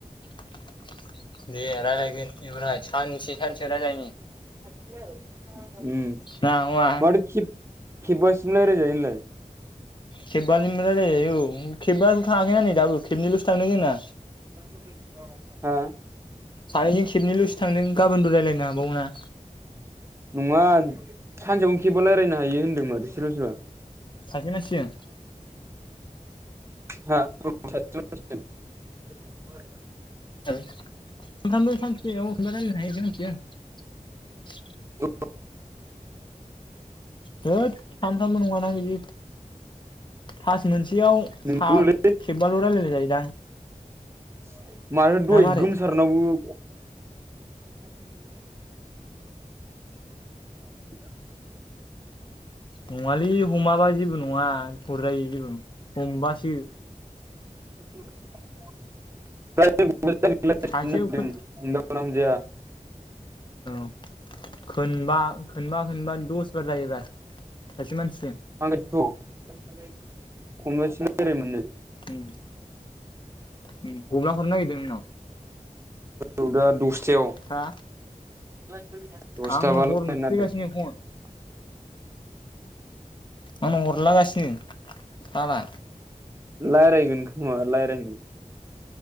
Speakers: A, on the left; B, on the right.
A: <inaudible> दे रायलायगोन एबारहाय सानसे सानसे रायलायनि
B: हेलौ <inaudible> उम
A: ना नङा
B: माथो खेब-खेबासिम रायलाय जायो। लाय
A: खेबा जोंनो रालाय जायो औ। उम खेबायानो थाङाखै ना दाबोेनै खेबनैल स थांदों जोंना
B: <inaudible> हा
A: सानै जों खिबनैलुस - थांदों गाबोनबो रायलायनो हाबाव ना?
B: नङा सानसेयावनो खेबा रायल्लायनो हायो होन्दों मादथो सोरबा सोरबा।
A: बेनासजों
B: <inaudible>
A: ओं <unintelligible> सानसेयाव रायलायनो हायो जों <unintelligible>
B: औ।
A: होद सानफ्रामबो नङाना बिदि फास मोनसे याव
B: नंगौलै
A: सा खेबबाल' रायज्लाय जायोदां!
B: <inaudible> माथो दहाय
A: ना मारै
B: गोमसारनावबो <unintelligible>
A: नङालै हमाबा जेबो नङा हुरजायो जेबो हमबासो।
B: <unintelligible> <unintelligible>
A: सासेयाव खो
B: सोमजाया
A: औ। खोनबा खोनबा खोनबा दस बार जायोब्रा सासे मानसि
B: आंगथ' <unintelligible> खनबासिम बेरायमोननो
A: ओम गब्ला हरनो नायगिरदों नोंनाव?
B: औ दा दस सेव
A: हा
B: <unintelligible>
A: आंनाव हरफैगासिनो फन आंनाव हरलागासिनो साला
B: रायलायगोन खोमा रायलायो